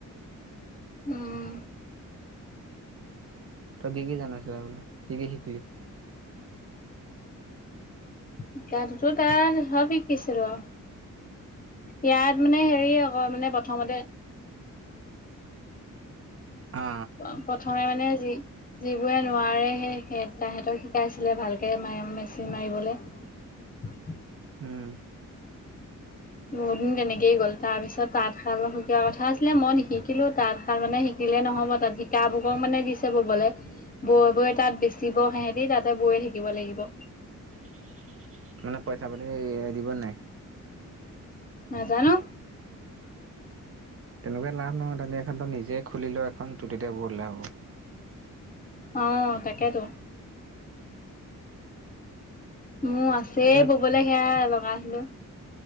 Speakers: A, on the left (about 25°); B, on the right (about 45°).
A: উম।
B: তই কি কি জানো চিলাবলে, কি কি শিকিলি?
A: শিকাতোটো তাৰ <unintelligible> শিকিছিলোঁ। ইয়াত মানে হেৰি আকৌ মানে প্ৰথমতে
B: অ
A: অহ, প্ৰথমে মানে আজি যিবোৰে নোৱাৰে সেই তাহঁতক শিকাইছিলে ভালকে মায়ে মেচিন মাৰিবলে। <unintelligible>
B: উম।
A: বহুত দিন তেনেকেই গ'ল, তাৰপিছত তাঁতশাল শিকোৱা কথা আছিলে মই নিশিকিলোঁ তাঁতশাল মানে শিকিল শিকিলে নহ'ব তাত শিকাবকো মানে দিছে ববলে। বৈ বৈ তাত বেচিব সেহঁতি তাতে বৈয়ে থাকিব লাগিব।
B: <unintelligible> মানে পইচা পাতি দিব নে নাই?
A: নাজানোঁ।
B: তেনেকুৱা লাভ নহয় তাতে এখনতো নিজে খুলি লয় এখন তুলি দে বহুত লাভ হ'ব।
A: অহ, তাকেতো। মোৰ আছে
B: এতিয়া
A: ব'বলে সেয়া লগাছিলোঁ।